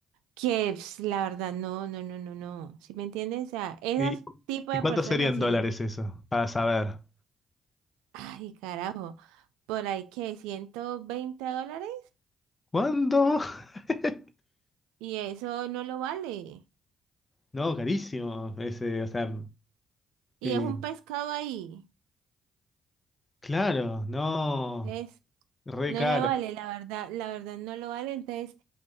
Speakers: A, on the right (about 85°); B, on the left (about 30°).
A: Que ps, la verdad, no, no, no, no, no. ¿Sí me entiendes? O sea, esas
B: ¿Y,
A: tipo
B: y
A: de
B: cuánto
A: personas,
B: sería en
A: sí.
B: dólares eso? Para saber.
A: Ay, carajo. Por ahí que 120 dólares
B: ¿Cuánto? <laughs>
A: y eso no lo vale.
B: No, carísimo. Ese, o sea,
A: Y
B: eh,
A: es un pescado ahí.
B: Claro, no,
A: Entonces,
B: re
A: no
B: caro.
A: lo vale, la verdad, la verdad no lo vale. Entonces,